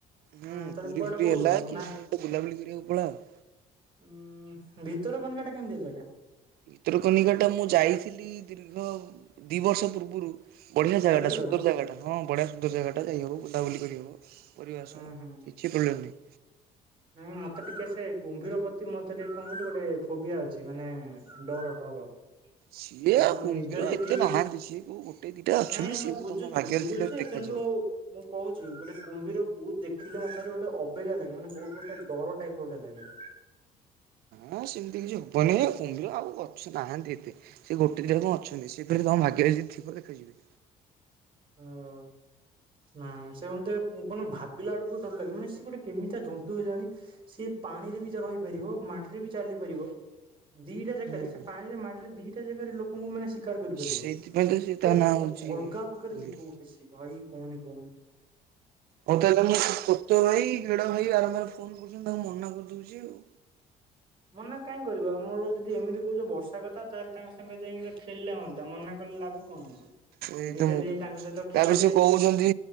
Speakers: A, on the right; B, on the right.
A: ହୁଁ
B: ହଁ ତାହେଲେ
A: ପୁରୀ
B: କୁଆଡେ
A: ଫୁରୀ
B: କହୁଛୁ
A: ହେଲା କି
B: ନା
A: କୁଆଡେ ବୁଲାବୁଲି କରିବାକୁ ପଳାଅ।
B: ଉଁ ଭିତର କନିକା ଟା କେମିତି ଜାଗା?
A: ଭିତରକନିକାଟା ମୁଁ ଯାଇଥିଲି ଦୀର୍ଘ ଦି ବର୍ଷ ପୂର୍ବରୁ। ବଢ଼ିଆ ଜାଗାଟା
B: ଯାଇଥିଲ?
A: ସୁନ୍ଦର ଜାଗାଟା ହଁ ବଢ଼ିଆ ସୁନ୍ଦର ଜାଗାଟା ଯାଇ ହବ ବୁଲାବୁଲି କରିହବ। ପରିବା ସହ
B: ଉଁ ହୁଁ।
A: କିଛି <unintelligible>
B: ନାଇଁ ମତେ ଟିକେ ସେ କୁମ୍ଭୀର ପ୍ରତି ମତେ ଟିକେ କଣ କହିଲୁ ଗୋଟେ ଫୋବିଆ ଅଛି ମାନେ ଡର ଡର।
A: ସିଏ
B: ମାନେ
A: ଆଉ
B: ମୁଁ
A: କୁମ୍ଭୀର
B: ନିଦରେ ଯଦିି
A: ଏତେ ନାହାନ୍ତି ସିଏ କୋଉ ଗୋଟେ ଦିଟା ଅଛନ୍ତି
B: ନାଇଁ
A: ସିଏ
B: ମୁଁ
A: ବି
B: ବୁଝୁଛି
A: ତମ ଭାଗ୍ୟରେ
B: ବୁଝୁଛି
A: ଥିଲେ
B: ଯେ
A: ଦେଖାଯିବ।
B: କିନ୍ତୁ ମୁଁ କହୁଛି ଗୋଟେ କୁମ୍ଭୀର କୁ ଦେଖିଲେ ମତେ ଭାରି ଗୋଟ ଅବେଗିଆ ଲାଗେ ମାନେ ବହୁତ ଗୋଟେ ଡର ଟାଇପ୍ ର ଗୋଟେ ଲାଗେ।
A: ହଁ ସେମିତି କିଛି ହବନି କୁମ୍ଭୀର ଆଉ ଅଛ ନାହାନ୍ତି ଏତେ। ସେ ଗୋଟେ ଦିନ ଆଉ କଣ ଅଛନ୍ତି ସେଇଥିରେ ତମ ଭାଗ୍ୟରେ ଜି ଥିବ ଦେଖାଯିବ।
B: ହଁ। ନାଇଁ ସେ ମତେ କଣ ଭାବିଲା ବୁଳୁକୁ ଡର ଲାଗେ ମାନେ ସିଏ ଗୋଟେ କେମିତିଆ ଜନ୍ତୁ କେଜାଣି। ସିଏ ପାଣିରେ ବି ଜ ରହିପାରିବ ମାଟିରେ ବି ଚାଲି ପାରିବ। ଦିଟା ଜାକରେ
A: ହୁଁ
B: ସେ ପାଣିରେ ମାଟିରେ ଦିଟା ଜାଗାରେ ଲୋ ଲୋକଙ୍କୁ ମାନେ ଶିକାର କରିପାରିବ
A: ସେଇଥିପାଇଁ ତ ସେ ତା ନାଁ ହଉଛି
B: ଅଲଗା ପ୍ରକାର
A: କୁମ୍ଭୀର।
B: ଯିବ ଗୋଟେ ସେ ଭାଇ କହନି କ <inaudible>
A: ହଉ ତାହେଲେ ମୁଁ କୋତ ଭାଇ ଗେଡ଼ ଭାଇ ବାରମ୍ ବାର ଫୋନ କରୁଛନ୍ତି ତାଙ୍କୁ ମନା କରିଦଉଛି ଆଉ।
B: ମନା କାଇଁ କରିବ ମୋର ଯଦି ଏମିତି କହୁଛ ବର୍ଷା କଥା ତାହେଲେ ତାଙ୍କ ସାଙ୍ଗ ଯାଇକି ଖେଳିଲେ ହୁଅନ୍ତା ମନା କଲେ ଲାଭ କଣ ଅଛି।
A: ଏଇ
B: ଏମିତି
A: ତ ମୁଁ
B: ହେଲେ
A: କିଏ
B: ଯାଇ
A: କହୁଛି
B: ତାଙ୍କ ସହିତ ଖେଳିଲେ
A: ତାପରେ ସେ କହୁଛନ୍ତି